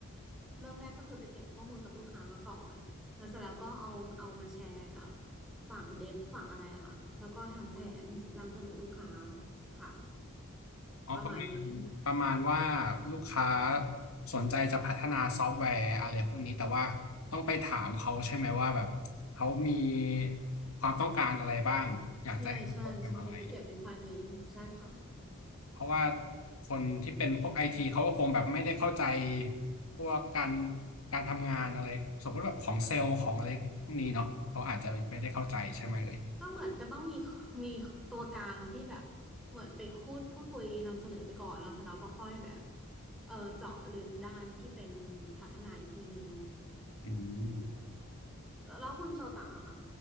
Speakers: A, in the centre; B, on the left.
A: เริ่มแรกก็คือไปเก็บข้อมูลกับลูกค้ามาก่อนแล้วเสร็จแล้วก็เอาเอามาแชร์กับฝั่งเดฟฝั่งอะไรอะค่ะแล้วก็ทำแผนนำเสนอลูกค้าค่ะ
B: อ๋อประมาณประมาณว่า
A: ประมาณนี้
B: ลูกค้าสนใจจะพัฒนาซอฟต์แวร์อะไรพวกนี้แต่ว่าต้องไปถามเขาใช่ไหมว่าแบบเขามีความต้องการอะไรบ้างอยากจะให้ทำโปรแกรมอะไร
A: ใช่ใช่ใช่ไปเก็บ requirement ใช่ค่ะ
B: เพราะว่าคนที่เป็นพวกไอทีเขาก็คงแบบไม่ได้เข้าใจพวกการการทำงานอะไรสมมติแบบของเซลล์ของอะไรพวกนี้เนาะเขาอาจจะไม่ได้เข้าใจใช่ไหมเลย
A: ก็เหมือนก็ต้องมี <laughs> มีตัวกลางที่แบบเหมือนไปพูดพูดคุยนำเสนอไปก่อนแล้วเสร็จแล้วก็ค่อยแบบเออเจาะลึกด้านที่เป็นพัฒนาอีกทีนึง
B: อืม
A: แล้วแล้วคุณโชตะอะค่ะ